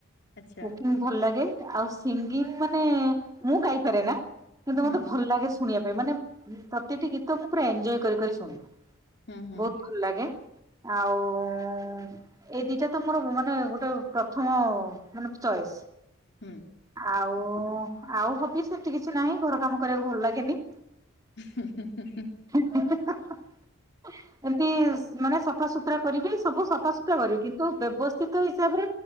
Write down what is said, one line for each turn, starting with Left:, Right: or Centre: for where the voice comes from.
Left: ଆଚ୍ଛା
Right: କୁକିଂ ଭଲ ଲେ ଆଉ ସିଙ୍ଗିଙ୍ଗ ମାନେ ମୁଁ ଗାଇପାରେ ନା କିନ୍ତୁ
Left: ହୁଁ
Right: ମତେ ଭଲ ଲାଗେ ଶୁ ଶୁଣିବା ପାଇଁ ମାନେ ପ୍ରତିଟି ଗୀତ ମୁ ପୁରା ଏନଜୟ କରିି କରି ଶୁଣେ
Left: ହୁଁ ହୁଁ
Right: ବହୁତ ଭଲ ଲାଗେ। ଆଉ ଉଁ ଉଁ। ଏଇ ଦିଟା ତ ମୋର ମାନେ ଗୋଟେ ପ୍ରଥମ ମାନେ ଚଏସ୍।
Left: ହୁଁ
Right: ଆଉ ଆଉ ହବି ସେମିତି କିଛି ନାଇଁ ଘର କାମ କରିବାକୁ ଭଲ ଲାଗେନି।
Left: ହୁଁ ହୁଁ ହୁଁ ହୁଁ।
Right: ଉଁ ହା ହା ହା ଏମିତି। ମାନେ ସଫାସୁତୁରା କରିବି ସବୁ ସଫାସୁତୁରା କରିବି କିନ୍ତୁ ବ୍ୟବସ୍ଥିତ ହିସାବରେ